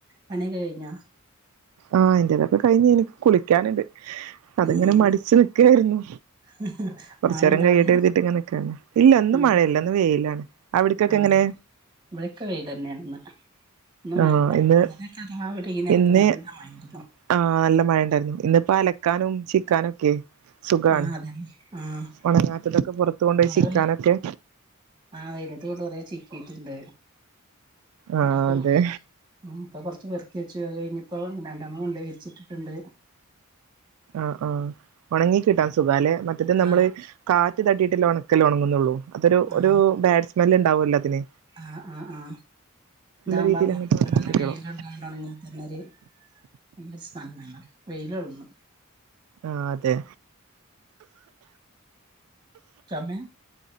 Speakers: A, on the right; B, on the right.
A: പണിയൊക്കെ കഴിഞ്ഞാ
B: ആഹ് എന്റേതൊക്കെ കഴിഞ്ഞേന് കുളിക്കാനുണ്ട് അതിങ്ങനെ
A: ഉം
B: മടിച്ച് നിക്കായിരുന്നു
A: <unintelligible>
B: കുറച്ച് നേരം കഴിയട്ടെന്ന്
A: അവിടെ
B: കരുതി നിക്കാണ് ഇല്ല ഇന്ന്
A: ആഹ്
B: മഴയില്ല ഇന്ന് വെയിലാണ് അവിടക്കൊക്കെ
A: ആഹ്
B: എങ്ങനെ
A: ഇവിടക്കെ വെയിൽ തന്നെയാണ് ഇന്ന് ഇന്ന് മഴയില്ല
B: ആഹ് ഇന്ന്
A: <unintelligible> നല്ല മഴയായിരുന്നു
B: ഇന്ന് ആഹ് നല്ല മഴ ഉണ്ടായിരുന്നു ഇന്നിപ്പോ അലക്കാനും ചിക്കാനും ഒക്കെ സുഖാണ്
A: ആഹ് അതന്നെ ആഹ്
B: ഉണങ്ങാത്തതൊക്കെ പുറത്ത് കൊണ്ട്
A: കൊറേ
B: പോയി ചിക്കാനൊക്കെ
A: ആഹ് വലുത കൊണ്ട് കുറേ ചിക്കിട്ടുണ്ട്
B: ആഹ്
A: <unintelligible>
B: അതെ
A: ഉം ഇപ്പം കുറച്ച് പെറുക്കി വെച്ചു അത് കഴിഞ്ഞ് ഇപ്പോ രണ്ടാമത് കൊണ്ടുപോയി വിരിച്ചിട്ടിട്ടുണ്ട്
B: ആഹ് ആഹ് ഉണങ്ങി കിട്ടാൻ സുഖാല്ലെ മറ്റത് നമ്മള്
A: ആഹ്
B: കാറ്റ് തട്ടിയിട്ടില്ല ഉണക്കല് ഉണങ്ങുന്നുള്ളൂ അതൊരു
A: ആഹ്
B: ഒരു ബാഡ് സ്മെൽ ഉണ്ടാവൂല്ലോ എല്ലാത്തിന്
A: ആഹ് ആഹ് ആഹ് ഇതാകുമ്പം
B: രീതിയിൽ അങ്ങോട്ട്
A: <unintelligible>
B: ഒണങ്ങി കിട്ടിയോളും
A: <unintelligible>
B: ആഹ് അതെ
A: ചൊമേ